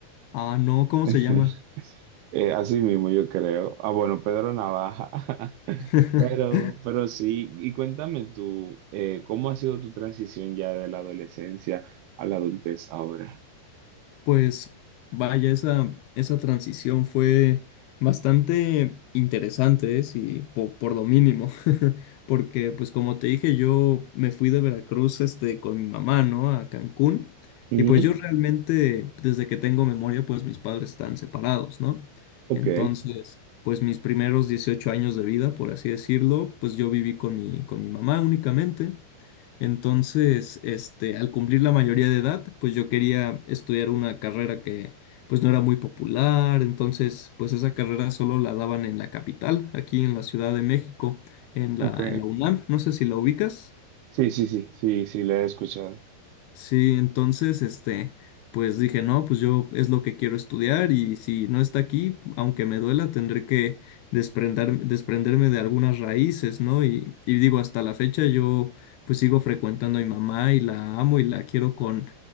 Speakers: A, on the left (about 80°); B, on the right (about 75°).
A: Ah, no, ¿cómo
B: <laughs>
A: se llama?
B: Eh, así mismo yo creo. Ah, bueno, Pedro Navaja. <laughs>
A: <laughs>
B: Pero, pero sí, y cuéntame tú, eh, ¿cómo ha sido tu transición ya de la adolescencia a la adultez ahora?
A: Pues vaya, esa, esa transición fue bastante interesante, ¿eh? sí, po- por, lo mínimo, <laughs> porque pues como te dije, yo me fui de Veracruz este, con mi mamá, ¿no? A Cancún,
B: Ujú,
A: y pues yo realmente, desde que tengo memoria, pues mis padres están separados, ¿no?
B: Ok,
A: Entonces, pues mis primeros 18 años de vida, por así decirlo, pues yo viví con mi, con mi mamá únicamente. Entonces, este, al cumplir la mayoría de edad, pues yo quería estudiar una carrera que pues no era muy popular, entonces pues esa carrera solo la daban en la capital, aquí en la Ciudad de México, en
B: ok.
A: la, en la UNAM, no sé si la ubicas.
B: Sí, sí, sí, sí, sí, la he escuchado.
A: Sí, entonces, este, pues dije, no, pues yo es lo que quiero estudiar y si no está aquí, aunque me duela, tendré que desprender, desprenderme de algunas raíces, ¿no? Y, y digo, hasta la fecha yo pues sigo frecuentando a mi mamá y la amo y la quiero con,